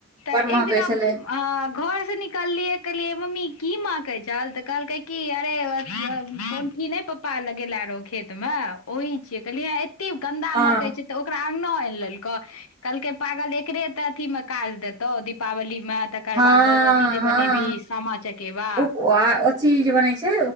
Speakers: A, on the left; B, on the right.
A: तऽ
B: बड़
A: एक
B: महकै
A: दिना
B: छलै
A: अ घर से निकललियै कहलिये मम्मी ई की माँकै चल तऽ कहलकै की अरे ई नहि पप्पा लगेले रो खेत में ओहि छय कहलियेँ कतेक गन्दा
B: हँ
A: मक छै तऽ ओकरा अंगना कहलकै पागल एकरे अथ मे काज देतौ दीपावली मे तकर
B: हँ
A: बाद अथी जे
B: हँ
A: बनेबी सामा चकेबा
B: ओ चीज बनै छै